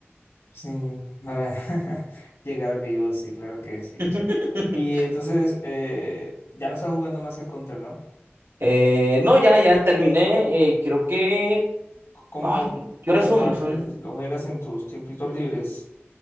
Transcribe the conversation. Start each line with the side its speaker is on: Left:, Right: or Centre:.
Left: Sí, para <laughs> llegar vivo, sí, claro que sí.
Right: <laughs>
Left: Y entonces, eh, ya no estás jugando más el Counter, ¿no?
Right: Eh, no, ya, ya terminé. eh, creo que.
Left: C- ¿Cómo,
Right: Ay, ¿qué
Left: cómo
Right: horas son?
Left: lo haces?
Right: Son
Left: ¿Lo juegas en tus tiempitos libres?